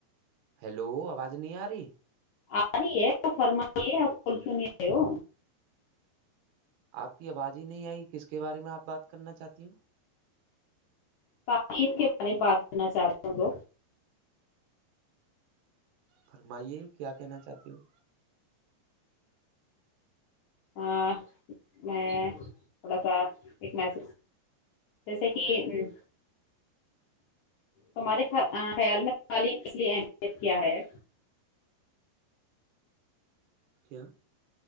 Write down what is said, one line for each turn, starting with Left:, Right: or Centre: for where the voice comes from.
Right: ہیلو آواز نہیں آ رہی
Left: آ رہی ہے فرمائیے آپ کول چ نہیں رہئے ہو
Right: آپ کی آواز ہی نہیں آئی کس کے بارے میں آپ بات کرنا چاہتی ہوں
Left: تعلیم کے بارے میں بات کرنا چاہ رہے ہوں لوگ
Right: فرمائیے کیا کہنا چاہتی ہووں
Left: ہاں میں تھوڑا سا ایک میچ جیسے کہ ا ہمارے خیال میں تعلیم کے لیے اہمیت کیا ہے
Right: کیا کیا